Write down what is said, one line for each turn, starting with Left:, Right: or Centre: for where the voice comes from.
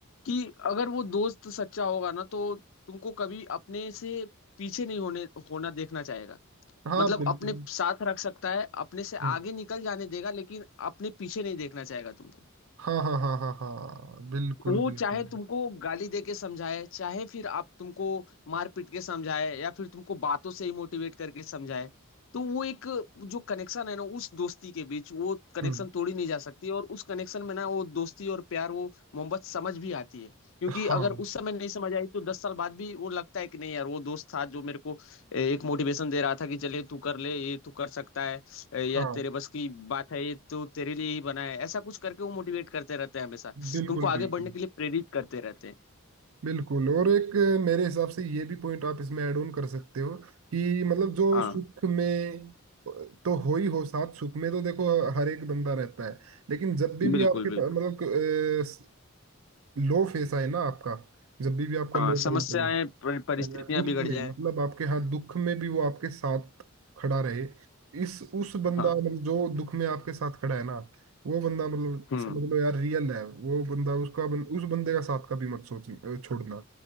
Left: कि अगर वो दोस्त सच्चा होगा ना तो तुमको कभी अपने से पीछे नहीं होने होना देखना चाहेगा
Right: हाँ
Left: मतलब
Right: बिल्कुल
Left: अपने साथ रख सकता है अपने से
Right: हम्म।
Left: आगे निकल जाने देगा लेकिन अपने पीछे नहीं देखना चाहेगा तुमको
Right: हाँ हाँ हाँ हाँ हाँ बिल्कुल
Left: वो
Right: बिल्कुल
Left: चाहे तुमको गाली दे के समझाए चाहे फिर आप तुमको मार पीट के समझाए या फिर तुमको बातों से ही मोटिवेट करके समझाए तो वो एक जो कनेक्शन है ना उस दोस्ती के बीच वो कनेक्शन
Right: हम्म
Left: तोड़ी नहीं जा सकती और उस कनेक्शन में ना वो दोस्ती और प्यार वो मोहब्बत समझ भी आती है क्योंकि
Right: हाँ
Left: अगर उस समय नहीं समझ आई तो दस साल बाद भी वो लगता है कि नहीं यार वो दोस्त था जो मेरे को ए, एक मोटिवेशन दे रहा था कि चले तू कर ले ये तू कर सकता है ए, या
Right: हाँ
Left: तेरे बस की बात है ये तो तेरे लिए ही बना है ऐसा कुछ करके वो मोटिवेट करते रहते हैं हमेशा
Right: बिल्कुल
Left: तुमको आगे
Right: बिल्कुल
Left: बढ़ने के लिए प्रेरित करते रहते हैं
Right: बिल्कुल और एक मेरे हिसाब से ये भी पॉइंट आप इसमें ऐड ऑन कर सकते हो कि मतलब जो
Left: हाँ
Right: सुख में तो हो ही हो साथ सुख में तो देखो हर एक बंदा रहता है लेकिन जब भी
Left: बिल्कुल
Right: भी आपके
Left: बिल्कुल
Right: पा- मतलब लो फेस आए ना आपका जब भी भी आपका
Left: हाँ
Right: लो
Left: समस्याएं
Right: टाइम चले,
Left: पर- परिस्थितियां
Right: दुख
Left: बिगड़
Right: में
Left: जाए
Right: मतलब आपके हाथ दुख में भी वो आपके साथ खड़ा रहे इस उस बंदा
Left: हाँ
Right: मतलब जो दुख में आपके साथ खड़ा है ना वो बंदा मतलब
Left: हम्म
Right: समझ लो यार रियल है वो बंदा उसका बन, उस बंदे का साथ कभी मत सोच छोड़ना